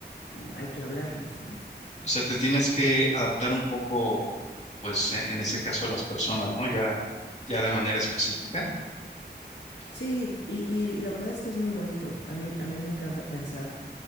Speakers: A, on the left; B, on the left.
A: hay que hablarlas, ¿no?
B: O sea, te tienes que adaptar un poco, pues en, en ese caso a las personas, ¿no? Ya, ya de manera específica.
A: Sí, y, y la verdad es que es muy bonito. A mí, a mí me encanta pensar,